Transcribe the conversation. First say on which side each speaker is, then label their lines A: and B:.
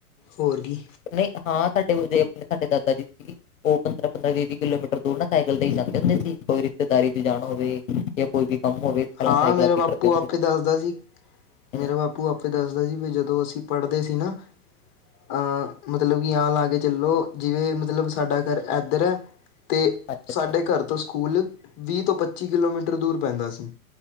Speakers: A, on the left (about 25°); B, on the left (about 60°).
A: ਹੋਰਗੀ।
B: ਨਹੀਂ ਹਾਂ ਸਾਡੇ ਵ ਜੇ ਆਪਣੇ ਸਾਡੇ ਦਾਦਾ ਜੀ ਸੀ ਉਹ ਪੰਦਰਾਂ ਪੰਦਰਾਂ ਵੀਹ ਵੀਹ ਕਿਲੋਮੀਟਰ ਦੂਰ ਨਾ ਸਾਈਕਲ ਤੇ ਹੀ ਜਾਂਦੇ ਹੁੰਦੇ ਸੀ ਕੋਈ ਰਿਸ਼ਤੇਦਾਰੀ ਚ ਜਾਣਾ ਹੋਵੇ ਜਾਂ ਕੋਈ ਵੀ ਕੰਮ ਹੋਵੇ ਪਹਿਲਾਂ
A: ਹਾਂ
B: ਸਾਈਕਲਾਂ
A: ਮੇਰਾ
B: ਤੇ
A: ਬਾਪੂ
B: ਕਰਦੇ ਹੁੰਦੇ
A: ਆਪੇ ਦੱਸਦਾ ਸੀ।
B: ਸੀ
A: ਮੇਰਾ
B: ਹਮ,
A: ਬਾਪੂ ਆਪੇ ਦੱਸਦਾ ਸੀ ਵੀ ਜਦੋਂ ਅਸੀਂ ਪੜ੍ਹਦੇ ਸੀ ਨਾ ਅ ਮਤਲਬ ਕਿ ਆ ਲਾ ਕੇ ਚੱਲੋ ਜਿਵੇਂ ਮਤਲਬ ਸਾਡਾ ਘਰ ਇੱਧਰ ਹੈ। ਅਤੇ
B: ਅੱਛਾ ਅੱਛਾ
A: ਸਾਡੇ ਘਰ ਤੋਂ ਸਕੂਲ ਵੀਹ ਤੋਂ ਪੱਚੀ ਕਿਲੋਮੀਟਰ ਦੂਰ ਪੈਂਦਾ ਸੀ।